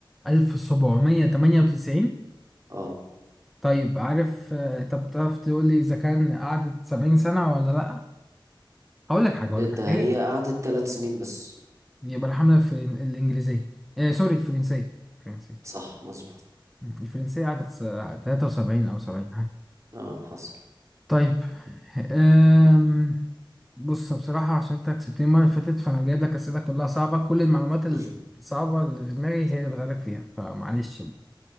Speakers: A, in the centre; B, on the right (about 35°).
A: 1798
B: اه
A: طيب عارف آه، طب تعرف تقول لي اذا كان قعدت 70 سنه ولا لا هقول لك حاجه هقول
B: ده
A: لك حاجه هي
B: هي قعدت ثلاث سنين بس
A: يبقى الحمله الفر- الانجليزيه آه سوري الفرنسيه الفرنسيه
B: صح مظبوط
A: الفرنسيه قعدت س- 73 او 70
B: اه حصل
A: طيب أم... بص بصراحة عشان انت كسبتني المرة اللي فاتت فانا جايب لك اسئلة كلها صعبة كل المعلومات
B: <laughs>
A: الصعبة اللي في دماغي هي اللي بسألك فيها فمعلش بقى.